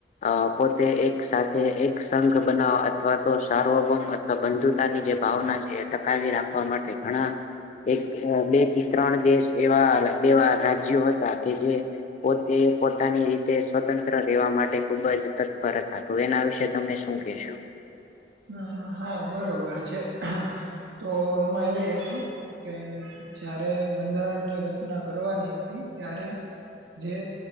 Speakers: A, on the left; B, on the right.
A: અ પોતે એક સાથે એક સંઘ બનાવવા અથવા તો સાર્વભૌમ અથવા બંધુતાની જે ભાવના છે એ ટકાવી રાખ વા માટે ઘણા એક બે થી ત્રણ દેશ એવા બેવા રાજ્યો હતા કે જે પોતે પોતાની રીતે સ્વતંત્ર રહેેવા માટે ખુબ જ તત્પર હતા તો એના વિશે તમે શું કેશો?
B: હ હા બરોબર છે તો એમાં એવું હતું. કે જારે બંધારણની રચના કરવાની હતી ત્યારે જે